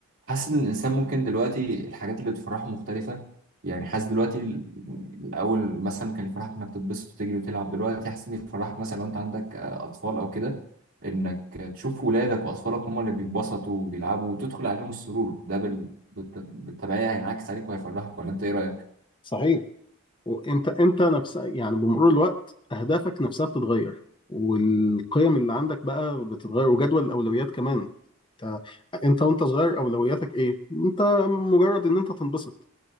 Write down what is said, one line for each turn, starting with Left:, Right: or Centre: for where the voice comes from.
Right: حاسس ان الانسان ممكن دلوقتي الحاجات اللي بتفرحه مختلفة يعني حاسس دلوقتي ال- الاول مثلا كان يفرحك انك تتبسط وتجري وتلعب دلوقتي حاسس ان يفرحك مثلا لو انت عندك آه، اطفال او كده انك تشوف ولادك واطفالك هم اللي بيتبسطوا وبيلعبوا وتدخل عليهم السرور ده بال... بالت- بالتبعية هينعكس عليك وهيفرحك ولا انت ايه رأيك؟
Left: صحيح وأنت أنت نفسها يعني بمرور الوقت أهدافك نفسها بتتغير والقيم اللي عندك بقى بتتغير وجدول الأولويات كمان أنت أنت وأنت صغير أولوياتك إيه؟ أنت مجرد إن أنت تنبسط